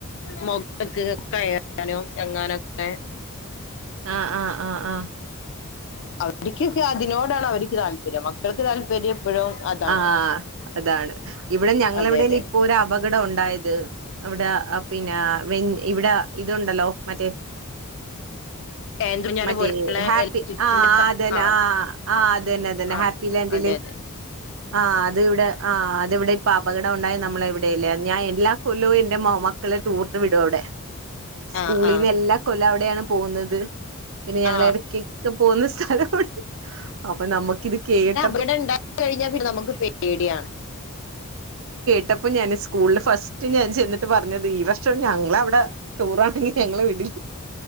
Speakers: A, on the left; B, on the right.
A: മുകൾക്ക് കയറാനോ ഇറങ്ങാനൊക്കെ
B: ആഹ ആഹ ആഹ് ആഹ
A: അവർക്കൊക്കെ അതിനോടാണ് അവർക്ക് താല്പര്യം മക്കൾക്ക് താല്പര്യം എപ്പോഴും അതാണ്
B: ആഹ് അതാണ് ഇവിടെ ഞങ്ങളെവിടെലും
A: അതെ അതെ
B: ഇപ്പൊരു അപകടം ഉണ്ടായത് ഇവിടെ അ പിന്നെ വെ ഇവിടെ ഇതുണ്ടല്ലോ മറ്റേ
A: ഏന്തൂഞ്ഞാല്
B: മറ്റേ
A: പോലുള്ള
B: ഹാപ്പി
A: ഇലക്ട്രിക്സിന്റെ
B: ആഹ് അ
A: സ
B: അതന്നെ
A: ആ
B: ആഹ് ആ അതന്നെ അതന്നെ
A: ആ
B: ഹാപ്പി ല
A: അതെ
B: ല്
A: അതെ
B: ആ അതിവിടെ ആഹ് അത് ഇവിടെ ഇപ്പൊ അപകടം ഉണ്ടായ നമ്മളെ ഇവിടെല്ലേ ഞാൻ എല്ലാ കൊല്ലവും എന്റെ മോ മക്കളെ ടൂർന് വിടും അവിടെ സ്കൂളിൽന്ന്
A: ആ ആ
B: എല്ലാ കൊല്ലം അവിടെയാണ് പോകുന്നത് പിന്നെ ഞങ്ങള്
A: ആ
B: ഇടക്കൊക്കെ പോകുന്ന സ്ഥ സ്ഥലമാണ് അപ്പൊ നമുക്കിത് കേട്ട
A: ഇവിട ഉണ്ടായി കഴിഞ്ഞാൽ പിന്നെ നമുക്ക് പേടിയാണ്
B: ട്ടപ്പം ഞാന് സ്കൂളിൽ ഫസ്റ്റ് ഞാൻ ചെന്നിട്ട് പറഞ്ഞത് ഈർഷം ഞങ്ങളവിടെ ടൂറാണെങ്കി ഞങ്ങള് വിടി